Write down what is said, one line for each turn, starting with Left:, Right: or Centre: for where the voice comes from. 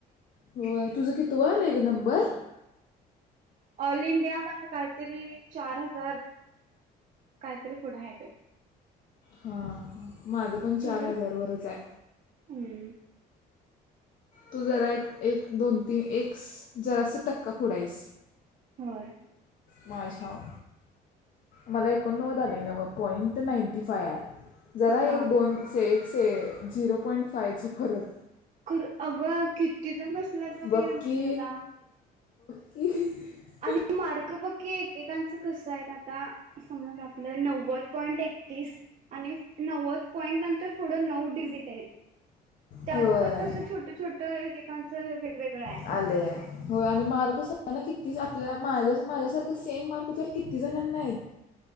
Left: होय.. तुझ कितव आलाय ग.. नंबर
Right: ऑल इंडिया माझं काहीतरी चार हजार काहीतरी फुढ आहे बाई
Left: हां, माझं पण
Right: तुझं
Left: चार हजारावरच आय.
Right: हम्म.
Left: तू जरा एक एक दोन तीन एक जरास टक्का पुढं हाईस.
Right: होय.
Left: माझ्याव मला एकोणनव्वद आलय नवं पॉईंट नाईंटी फाय आहे, जरा
Right: हा
Left: एक दोन से एक से, झिरो पॉईंट फायच फरक.
Right: कुरं, अगं किती जण बसलेत ग
Left: बघ
Right: ते एमसी
Left: की
Right: ए ला.
Left: <unintelligible>
Right: आणि मार्क बघ की एक एकांचं कसं आहेत, आता समज आपलं नव्वद पॉईंट एकतीस, आणि नव्वद पॉईंट नंतर नऊ डिजीट आहेत, फक् त्यात
Left: होय
Right: पण असं छोटं छोटं एकेकांचं वेगवेगळं आय.
Left: आले होय आणि मार्क सगळ्यांना किती आपल्याला माझ्या, माझ्यासारखं सेम मार्क तर किती जणांना आहेत.